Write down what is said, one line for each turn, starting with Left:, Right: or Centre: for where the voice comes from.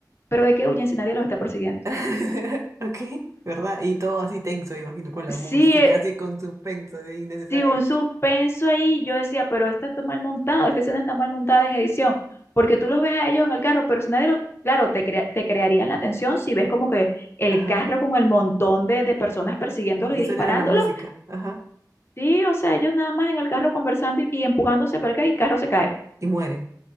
Left: pero ¿de qué huyen si nadie los está persiguiendo?
Right: <laughs> Ok, ¿verdad? Y todo así tenso, me imagino, con la
Left: Sí,
Right: música,
Left: eh,
Right: así con suspenso, así innecesario.
Left: Sí, un suspenso ahí, yo decía, pero esto está mal montado, esta escena está mal montada en edición, porque tú los ves a ellos en el carro, pero si nadie lo, claro, te, crea- te crearían la atención si ves como que el
Right: Ajá.
Left: carro con el montón de, de personas persiguiéndolo
Right: Y
Left: y
Right: solo
Left: disparándolo.
Right: era la música. Ajá.
Left: Sí, o sea, ellos nada más en el carro conversando y, y empujándose para acá y el carro se cae
Right: Y muere.